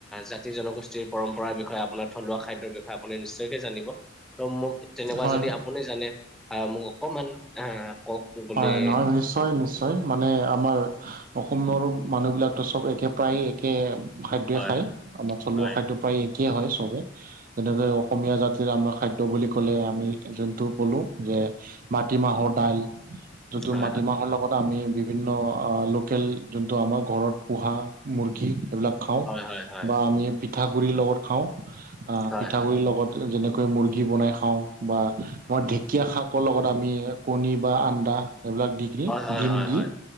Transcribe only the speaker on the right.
হয়
হয়, নহয়, নিশ্চয় নিশ্চয় মানে আমাৰ অস অসমৰ মানুহবিলাকতো চ'ব একে প্ৰায় একে খাদ্যই
খায়।
আমাৰ থলুৱা
খাদ্য- প্ৰায় একেই হয় চবে, যেনেকৈ অসমীয়া জাতিৰ আমাৰ খাদ্য বুলি ক'লে আমি যোনটো- ক'লো যে মাটিমাহৰ দাইল- যোনটো
মাটিমাহৰ লগত আমি বিভিন্ন লোকেল যোনটো আমাৰ ঘৰত পোহা- মুৰ্গী সেইবিলাক খাওঁ
বা আমি পিঠাগুড়িৰ লগত খাওঁ।
পিঠাগুড়ি
লগত- যেনেকৈ মুৰ্গী বনাই খাওঁ বা আমাৰ ঢেঁকীয়া শাকৰ লগত আমি কণী- বা আন্দা এইবিলাক দি কি
ডিম
দি